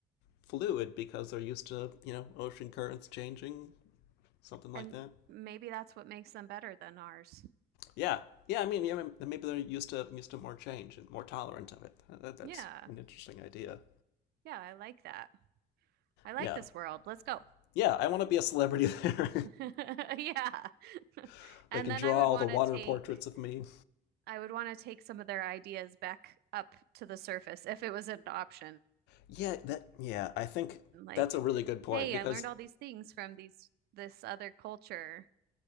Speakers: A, on the left (about 85°); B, on the right (about 70°).
A: fluid because they're used to you know ocean currents changing, something like
B: And
A: that.
B: maybe that's what makes them better than ours.
A: Yeah, yeah. I mean, yeah, maybe they're used to used to more change and more tolerant of it. Uh, That, that's
B: Yeah.
A: an interesting idea.
B: Yeah, I like that. I like
A: Yeah,
B: this world. Let's go.
A: yeah. I want to be a celebrity there.
B: <laughs> Yeah. <laughs>
A: <laughs> they
B: And
A: can
B: then
A: draw
B: I would
A: all
B: want
A: the water
B: to take
A: portraits of me.
B: I would want to take some of their ideas back up to the surface if it was an option.
A: Yeah, that. Yeah, I think
B: Like,
A: that's a really good point
B: hey,
A: because
B: I learned all these things from these this other culture.